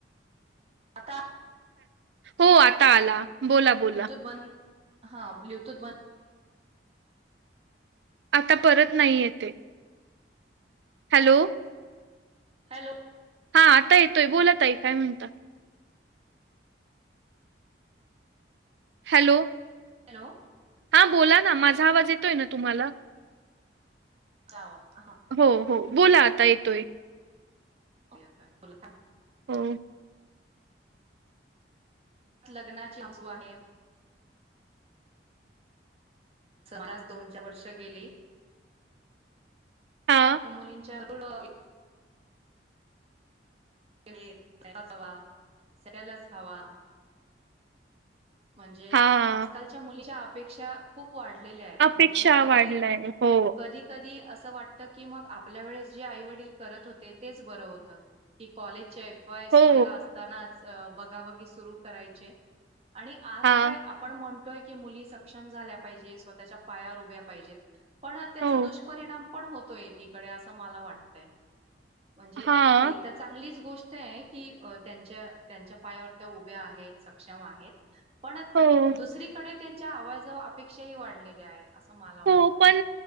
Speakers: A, on the right (about 35°); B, on the right (about 70°).
A: आता
B: हो आता आला बोला बोला.
A: ब्लूटूथ बंद हा ब्ल्यूटूथ बन
B: आता परत नाही येतेय हॅलो
A: हॅलो.
B: हां आता येतोय बोला ताई काय म्हणता? हॅलो.
A: हॅलो.
B: हां बोला ना माझा आवाज येतोय ना तुम्हाला?
A: आवाज हां
B: हो हो बोला आता येतोय.
A: येतेय बोला
B: हो
A: लग्नाची सुरू आहे. मलाच दोन चार वर्ष गेली.
B: हा
A: मुलींच्या <unintelligible> सेटल च हवा सेटल च हवा म्हणजे
B: हा
A: आजकालच्या मुलीच्या अपेक्षा खूप वाढलेल्या आहेत
B: अपेक्षा
A: म्हणजे मग कधी
B: वाढलाय हो
A: कधी कधी असं वाटत की मग आपल्या वेळेस जे आई वडील करत होते तेच बरं होत की कॉलेजच्या एफ वाई एसवाय
B: हो
A: ला असतानाच बघा बगी सुरू करायचे. आणि आज
B: हा
A: काय आपण म्हण तोय की मुली सक्षम झाल्या पाहिजे स्वतःच्या पायावर उभ्या पाहिजेत पण त्याचा
B: हो
A: दुष्परिणाम पण होतोय एककडे अस मला वाटतय म्हणजे
B: हा
A: ते तर चांगलीच गोष्ट आहे की त्यांच्या त्यांच्या पायावर त्या उभ्या आहेत सक्षम आहेत. पण
B: हो
A: दुसरीकडे त्यांच्या आवाजव अपेक्षाही वाढलेल्या आहेत. असं मला वाटतं.
B: हो पण